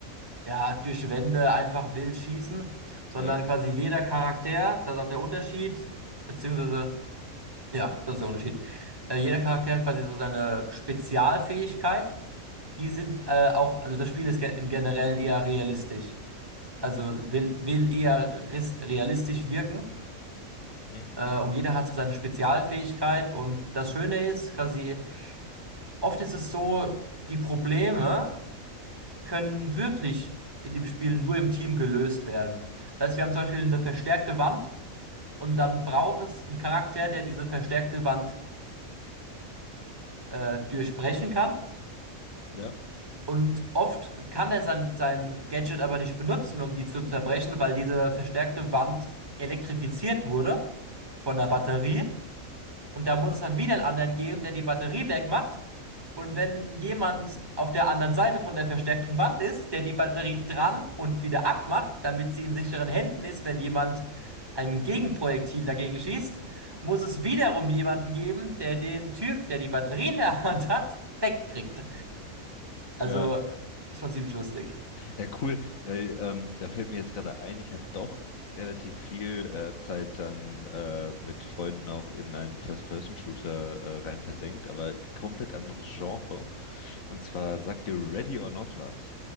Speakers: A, on the right (about 15°); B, on the left (about 70°).
A: ja, durch Wände einfach wild schießen, sondern
B: ja,
A: quasi jeder Charakter, das ist auch der Unterschied, beziehungsweise, ja, das ist der Unterschied. Äh, jeder Charakter hat quasi so seine Spezialfähigkeit. Die sind äh, auch, also das Spiel ist ge- im Generellen eher realistisch. Also will, will eher ris- realistisch wirken.
B: mhm.
A: Äh, und jeder hat so seine Spezialfähigkeit. Und das Schöne ist, quasi. Oft ist es so, die Probleme können wirklich in dem Spiel nur im Team gelöst werden. Das heißt, wir haben zum Beispiel eine verstärkte Wand und dann braucht es einen Charakter, der diese verstärkte Wand äh, durchbrechen kann.
B: Ja,
A: Und oft kann er sein, sein Gadget aber nicht benutzen, um die zu zerbrechen, weil diese verstärkte Wand elektrifiziert wurde von der Batterie. Und da muss es dann wieder einen anderen geben, der die Batterie wegmacht. Und wenn jemand auf der anderen Seite von der verstärkten Wand ist, der die Batterie dran und wieder abmacht, damit sie in sicheren Händen ist, wenn jemand ein Gegenprojektil dagegen schießt, muss es wiederum jemanden geben, der den Typ, der die Batterie in der Hand hat, wegkriegt. Also
B: ja,
A: schon ziemlich lustig.
B: ja, cool. Weil, ähm, da fällt mir jetzt gerade ein, ich habe doch relativ viel äh, Zeit dann äh, mit Freunden auch in einen First-Person-Shooter äh, rein versenkt, aber komplett anderes Genre. Und zwar sagt dir Ready or Not was.